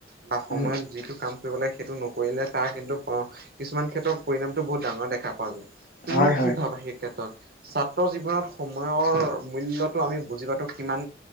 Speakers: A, on the right; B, on the left.
A: বা সময়ত
B: উম
A: যিটো কাম কৰিব লাগে সেইটো নকৰিলে তাৰ কিন্তু, অ', কিছুমান ক্ষেত্ৰৰ পৰিণামটো বহুত ডাঙৰ দেখা পোৱা যায়, তুমি
B: হয় হয়
A: কি ভাবাঁ সেই ক্ষেত্ৰত? ছাত্ৰ জীৱনত সময়ৰ মূল্যটো আমি বুজি পোৱাটো কিমান